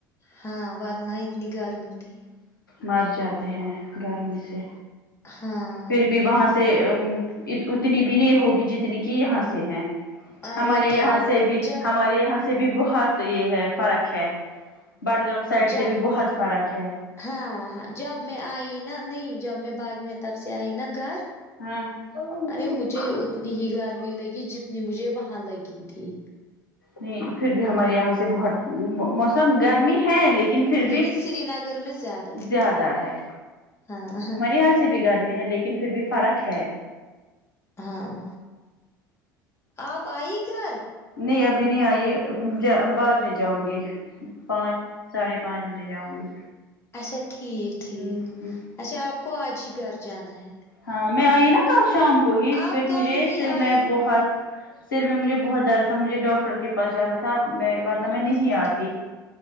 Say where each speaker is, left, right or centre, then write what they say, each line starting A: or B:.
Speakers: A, on the left; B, on the left.
A: ہاں ورنہ اتنی گرمی تھی
B: مر جاتے ہیں گرمی سے
A: ہاں
B: پھر بھی وہاں سے ا اتنی بھی نہیں ہوگی جتنی کہ یہاں سے ہیں
A: ارے
B: ہمارے
A: کیا
B: یہاں
A: ہوا
B: سے بھی
A: جب
B: ہمارے یہاں سے بھی بہت یہ ہے فرق ہے بڈگام سائڈ
A: جب
B: سے بھی بہت فرق ہے
A: ہاں ہاں جب میں آئی نا نہیں جب میں بعد میں تب سے آئی نا گھر
B: ہاں
A: ارے مجھے اتنی ہی گرمی لگی جتنی مجھے وہاں لگی تھی
B: نہیں پھر بھی ہمارے یہاں سے بہت موسم گرمی ہے لیک کن پھر
A: لیکن
B: بھی
A: سری نگر میں زیادہ ہے
B: زیادہ ہے
A: ہاں
B: ہمارے یہاں سے بھی گرمی ہے لیکن پھر بھی فرق ہے
A: ہاں آپ آئی گھر
B: نہیں ابھی نہیں آئی جا بعد میں جاؤں گی پانچ ساڈھے پانچ بجے جاؤں گی
A: اچھا ٹھیک ٹھیک
B: ہ
A: اچھا آپ کو آج ہی گھر جانا ہے
B: ہاں میں آئی نا کل شام کو ہی
A: آپ
B: پھر
A: کل
B: مجھے
A: ہی
B: سر
A: آئی
B: میں بہت سر میں مجھے بہت درد تھا مجھے ڈاکٹر کے پاس جانا تھا میں ورنہ میں نہیں
A: اچھا
B: آتی